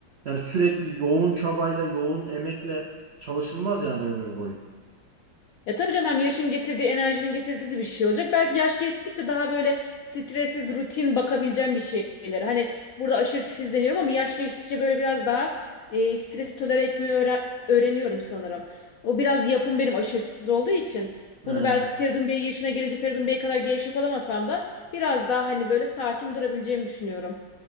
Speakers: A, on the right; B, on the left.
A: Yani sürekli yoğun çabayla, yoğun emekle çalışılmaz yani ömür boyu.
B: Ya tabii canım hem yaşın getirdiği enerjinin getirdiği de bir şey olacak. Belki yaş geçtikçe daha böyle stressiz, rutin bakabileceğim bir şeyler. Hani burada aşırı deniyorum ama yaş geçtikçe böyle biraz daha e, stresi tolere etmeyi öğre- öğreniyorum sanırım. O biraz yapım benim aşırı titiz olduğu için. Bunu
A: Aynen.
B: belki Feridun Bey yaşına gelince Feridun Bey kadar gevşek olamasam da biraz daha hani böyle sakin durabileceğimi düşünüyorum.